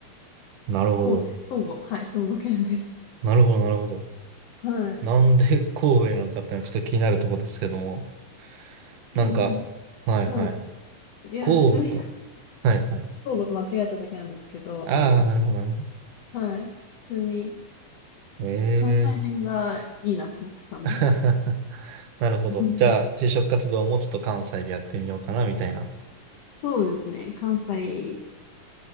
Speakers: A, on the right; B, on the left.
A: ー、なるほど。
B: 神戸、兵庫。はい、兵庫県です。
A: なるほど、なるほど。
B: はい。
A: なんで神戸なのかってのはちょっと気になるところですけども、なんか、
B: え、うん、
A: はいはい。
B: うん。いや、
A: 神戸か。
B: 普通に <laughs>
A: はいはい。
B: 兵庫と間違えただけなんですけど、
A: ああ、
B: あの、
A: なるほど、なるほど。
B: はい。普通に
A: ええ
B: 関西弁がいいなと思ってたんで。
A: <laughs> なるほど。
B: <laughs> うん
A: じゃあ、就職活動もちょっと関西でやってみようかな、みたいな。
B: そうですね。関西